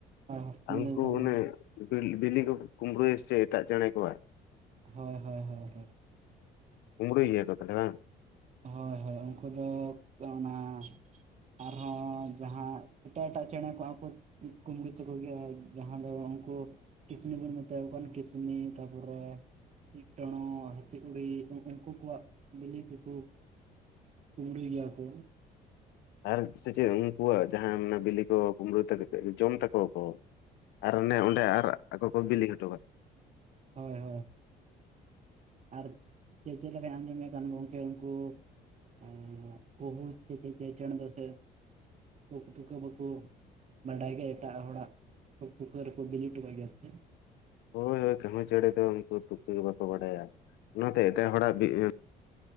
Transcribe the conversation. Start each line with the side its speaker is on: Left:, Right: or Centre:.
Right: ᱦᱳᱥᱴᱮᱞ
Left: ᱟᱱᱠᱩ
Right: ᱠᱟᱱ
Left: ᱩᱱᱟᱹᱜ
Right: ᱜᱮᱭᱟ
Left: <unintelligible> ᱵᱤᱞᱤ ᱠᱚ ᱠᱚ ᱠᱩᱸᱢᱲᱩᱭᱟ ᱥᱮ ᱮᱴᱟᱜ ᱪᱮᱬᱮ ᱠᱚᱣᱟᱜ᱾
Right: ᱦᱳᱭ ᱦᱳᱭ ᱦᱳᱭ ᱦᱳᱭ
Left: ᱠᱩᱢᱲᱩᱭ ᱜᱮᱭᱟ ᱠᱚ ᱛᱟᱦᱚᱸᱞᱮ ᱵᱟᱝ᱾
Right: ᱦᱚᱭ ᱦᱚᱭ ᱩᱱᱠᱩ ᱫᱚᱻ ᱛᱚ ᱚᱱᱟ ᱟᱨᱦᱚᱸ ᱡᱟᱦᱟᱸ ᱮᱴᱟᱜ ᱮᱴᱟᱜ ᱪᱮᱬᱮ ᱠᱚ ᱟᱵᱽ ᱠᱚ ᱠᱩᱢᱲᱩ ᱛᱮᱠᱚ ᱜᱮᱭᱟ ᱡᱟᱦᱟᱸ ᱫᱚ ᱩᱱᱠᱩ ᱠᱤᱥᱱᱤ ᱵᱚᱱ ᱢᱮᱛᱟ ᱠᱚ ᱠᱟᱱ ᱠᱤᱥᱱᱤ ᱛᱟᱯᱚᱨᱮ ᱴᱤ ᱴᱚᱬᱚᱜ ᱦᱟᱹᱛᱤ ᱠᱩᱲᱤ ᱩᱱᱠᱩ ᱠᱚᱣᱟᱜ ᱵᱤᱞᱤ ᱛᱮᱠᱚ ᱠᱩᱢᱲᱩᱭ ᱜᱮᱭᱟ ᱠᱚ᱾
Left: ᱟᱨ ᱥᱮ ᱪᱮᱫ ᱩᱱᱠᱩᱣᱟᱜ ᱡᱟᱦᱟᱸ ᱚᱱᱟ ᱵᱤᱞᱤ ᱠᱚ ᱠᱩᱢᱲᱩᱭ ᱛᱟᱠᱚ ᱯᱮ ᱡᱚᱢ ᱛᱟᱠᱚᱣᱟ ᱠᱚ᱾ ᱟᱨ ᱚᱱᱮ ᱚᱸᱰᱮ ᱟᱨ ᱟᱠᱚ ᱠᱚ ᱵᱤᱞᱤ ᱦᱚᱴᱚ ᱠᱟᱜ
Right: ᱦᱚᱭ <unintelligible> ᱟᱨ ᱪᱮ-ᱪᱮᱫ ᱞᱮᱠᱟᱧ ᱟᱸᱡᱚᱢᱮᱜ ᱠᱟᱱ ᱜᱚᱝᱠᱮ ᱩᱱᱠᱩ ᱟᱻ ᱠᱩᱦᱩ ᱪᱮ ᱪᱮ ᱪᱮᱬᱮ ᱫᱚ ᱥᱮ ᱛᱩᱠᱩ ᱛᱩᱠᱟᱹ ᱵᱟᱠᱚ ᱵᱟᱰᱟᱭ ᱜᱮᱭᱟ ᱮᱴᱟᱜ ᱦᱚᱲᱟᱜ ᱛᱩᱠᱟᱹ ᱨᱮᱠᱚ ᱵᱤᱞᱤ ᱴᱚ ᱠᱟᱜ ᱜᱮᱭᱟ ᱥᱮ ᱪᱮᱫ?
Left: ᱦᱳᱭ ᱦᱳᱭ ᱠᱟᱺᱦᱩ ᱪᱮᱬᱮ ᱫᱚ ᱩᱱᱠᱩ ᱛᱩᱠᱟᱹ ᱵᱟᱠᱚ ᱵᱟᱰᱟᱭᱟ ᱚᱱᱟᱛᱮ ᱮᱴᱟᱜ ᱦᱚᱲᱟᱜ ᱵᱤᱭᱟᱹ